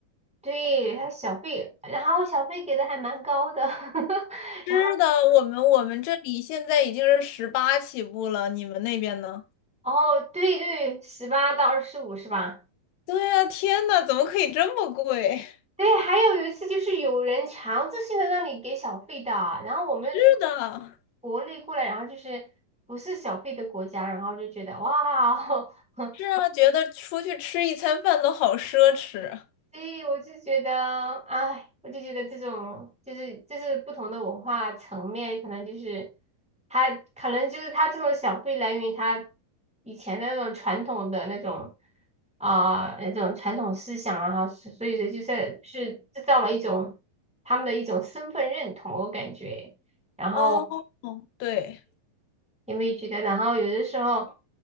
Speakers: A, in the centre; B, on the left.
A: 对，还有小费，然后小费给的还蛮高的，<laughs>
B: 是的，
A: 然后
B: 我们我们这里现在已经是十八起步了，你们那边呢？
A: 哦，对对，十八到二十五是吧？
B: 对呀，天呐，怎么可以这么贵？
A: 对，还有一次就是有人强制性的让你给小费的，然后我们
B: <laughs> 是的，
A: 国内过来，然后就是不是小费的国家，然后就觉得哇，<laughs>
B: 是啊，觉得出去吃一餐饭都好奢侈。
A: 所以我就觉得，哎，我就觉得这种就是就是不同的文化层面，可能就是他可能就是他这种小费来源于他以前的那种传统的那种啊、那种传统思想啊，所所以说就是是制造了一种他们的一种身份认同，我感觉。然后
B: 哦，对，
A: 因为觉得？然后有的时候。